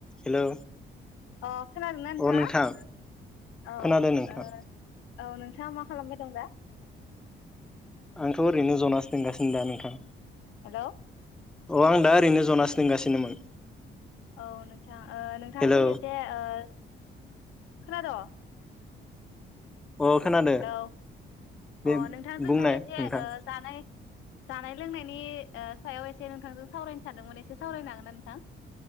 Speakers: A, in the centre; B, on the left.
A: Hello
B: अ। खोनादों ना नोंथाङा
A: अ नोंथां
B: औ
A: खोनादों नोंथां
B: ओ औ नों थाङा मा खालामबाय दं दा?
A: आंथ' ओरैनो जनासो दोंगासिनो दा नोंथां।
B: हेल'।
A: अ आं दा ओरैनो जनासो दोंगासिनोमोन।
B: औ नोंथां ओ नोंथांजों
A: हेलौ
B: एसे ओ खोनाद'?
A: अ खोनादो
B: हेलौ
A: दे
B: अ नोंथांजों
A: बुंनाय
B: दा एसे
A: नोंथां
B: ओ जानाय जानाय लोंनाय नि ओ सायाव एसे नोंथांजों सावरायनो सानदोंमोन एसे सावरायनो हागोन ना नोंथां?